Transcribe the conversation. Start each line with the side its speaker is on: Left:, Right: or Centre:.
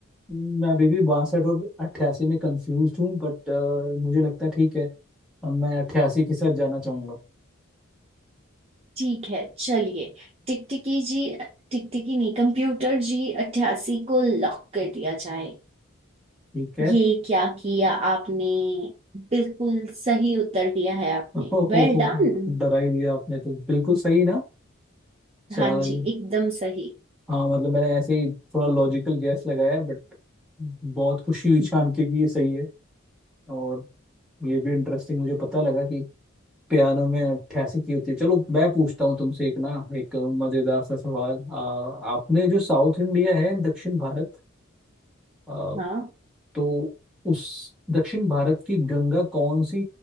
Centre: मैं अभी भी बासठ और अट्ठासी में कंफ्यूज हूँ बट मुझे लगता है ठीक है अब मैं अट्ठासी के साथ जाना चाहूंगा
Right: ठीक है चलिए टिकटिकी जी टिकटिकी नहीं कंप्यूटर जी अट्ठासी को लॉक कर दिया जाए
Centre: ठीक है
Right: ये क्या किया आपने बिल्कुल सही उत्तर दिया है आपने
Centre: <laughs> ओहो
Right: वेल डन
Centre: डरा ही दिया आपने तो बिल्कुल सही ना चल
Right: हाँ जी एकदम सही
Centre: हाँ मतलब मैंने ऐसे ही थोड़ा लॉजिकल गैस लगाया बट बहुत खुशी हुई जान के कि ये सही है और ये भी इंटरेस्टिंग मुझे पता लगा कि पियानो में अट्ठासी की होती है चलो मैं पूछता हूँ तुमसे एक ना एक मजेदार सा सवाल आ, आपने जो साउथ इंडिया है दक्षिण भारत आ,
Right: हाँ
Centre: तो उस दक्षिण भारत की गंगा कौन सी